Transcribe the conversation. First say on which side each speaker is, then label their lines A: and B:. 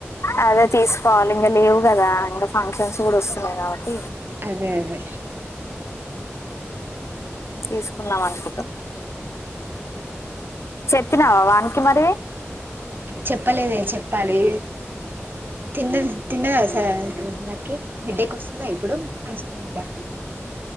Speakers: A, on the left; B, on the right.
A: అదే తీసుకోవాలి ఇంగా లేవు కదా ఇంకా ఫంక్షన్స్ కూడా వస్తున్నాయి కాబట్టి.
B: అదే అదే
A: తీసుకుందామనుకుంటా చెప్పినావా వానికి మరి
B: చెప్పలేదే చెప్పాలి తిన్ద్ తిన్నదా సార్ <unintelligible> కి హెడేక్ వస్తుందా ఇప్పుడు మంచిగనే ఉందా.